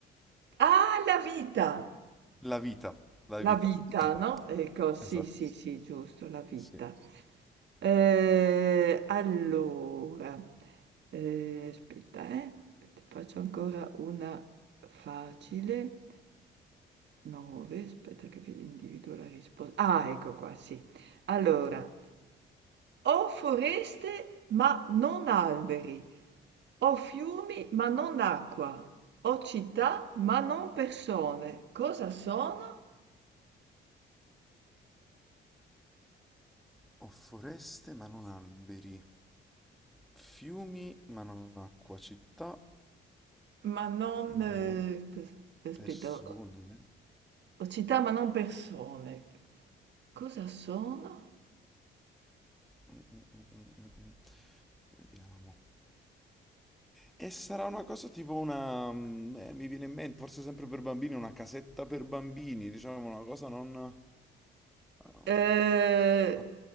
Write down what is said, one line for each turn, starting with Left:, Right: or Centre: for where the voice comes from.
Right: Ah, la vita!
Centre: La vita, la
Right: La
Centre: vita.
Right: vita,
Centre: Esatto,
Right: no? Ecco, sì,
Centre: esatto,
Right: sì, sì, giusto, la vita.
Centre: sì.
Right: Eh, allora, eh, aspetta, eh, ti faccio ancora una facile. 9, aspetta che vi- individuo la risposta. Ah, ecco qua, sì. Allora, ho foreste ma non alberi, ho fiumi ma non acqua, ho città ma non persone. Cosa sono?
Centre: Ho foreste ma non alberi, fiumi ma non acqua, città
Right: Ma non...
Centre: No,
Right: eh,
Centre: no,
Right: cos- aspetta,
Centre: persone.
Right: ho ho città ma non persone. Cosa sono?
Centre: Mm, mm, mm, mm, mm, mm. Vediamo. E sarà una cosa tipo una... mm, eh, mi viene in mente, forse sempre per bambini, una casetta per bambini, diciamo una cosa non... um,
Right: Eh,
Centre: ah,